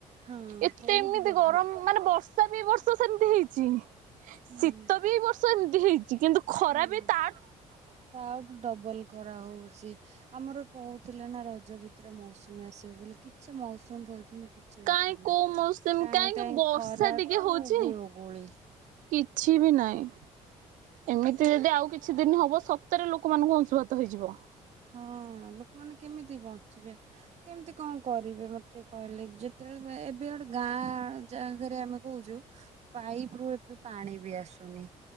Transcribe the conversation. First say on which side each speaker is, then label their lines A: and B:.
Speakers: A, on the right; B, on the right.
A: ହଁ
B: ଏତେ
A: ବହୁତ
B: ଏମିତି
A: ପ୍ରବଳ
B: ଗରମ ମାନେ ବର୍ଷା ବି ବର୍ଷ ସେମିତି ହେଇଚି।
A: ହୁଁ
B: ଶୀତ ବି ବର୍ଷ ଏମିତି ହେଇଚି କିନ୍ତୁ ଖରା
A: ହଁ।
B: ବି ତା
A: ତା ଆଠୁ ଡବଲ ଖରା ହଉଛଚି ଆମ୍ ଆମର କହୁଥିଲେ ନା ରଜ ଭିତରେ ମୌସୁମୀ ଆସିବ ବୋଲି କିଛି ଛି ମୌସୁମୀ ଫସୁମୀ କିଛି
B: କାଇଁ
A: ଦେଖା ନାହିଁ,
B: କୋଉ ମୌସୁମୀ
A: ଟାଇଁ
B: କାହିଁକି
A: ଟାଇ
B: ବର୍ଷା
A: ଖରାକୁ
B: ଟିକେ ହଉଛି
A: ଗୁଳୁ ଗୁଳି।
B: କିଛି ବି ନାହିଁ। ଏମିତି ଯଦି ଆଉ କିଛି ଦିନ ହବ ସତରେ ଲୋକମାନଙ୍କୁ ଅଂଶୁଘାତ ହେଇଯିବ।
A: ହଁ ଲୋକମାନେ କେମିତି ବଞ୍ଚିବେ କେମିତି କଣ କରିବେ ମତେ କହିଲେ ଯେତେ। ଏବେ ଗୋଟେ ଗାଁ ଜାଗାରେ ଆମେ କହୁଚୁ ପାଇପ। ରୁ ଏବେ ପାଣି ବି ଆସୁନି,